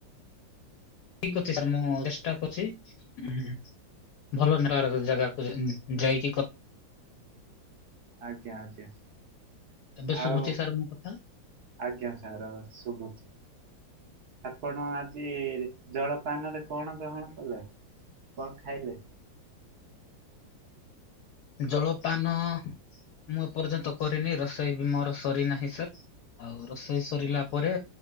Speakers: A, on the left (about 70°); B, on the right (about 60°).
A: ଠିକ ଅଛି ସାର୍ ମୁଁ ଚେଷ୍ଟା କରୁଛି ହୁଁ ଭଲ ନେଟଓର୍କର ଜାଗାକୁ ଯାଇକି କ
B: ଆଜ୍ଞା ଆଜ୍ଞା
A: ଏବେ ଶୁଭୁଚି
B: ଆଉ
A: ସାର୍ ମୋ କଥା
B: ଆଜ୍ଞା ସାର୍ ଶୁଭୁଛି ଆପଣ ଆଜି ଜଳପାନରେ କଣ ଗ୍ରହଣ କଲେ? କଣ ଖାଇଲେ
A: ଜଳପାନ ମୁଁ ଏପର୍ଯ୍ୟନ୍ତ କରିନି ରୋଷେଇ ବି ମୋର ସରିନାହିଁ ସାର୍ ଆଉ ରୋଷେଇ ସରିଲା ପରେ